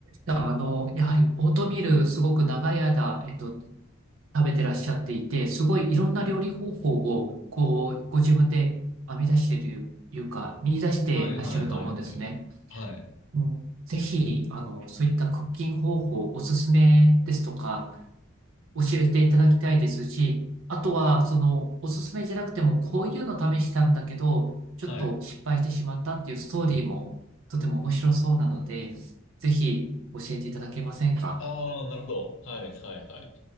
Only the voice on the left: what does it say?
はいはいはいはい。はい。
はい。
ああ、なるほど。はいはいはい。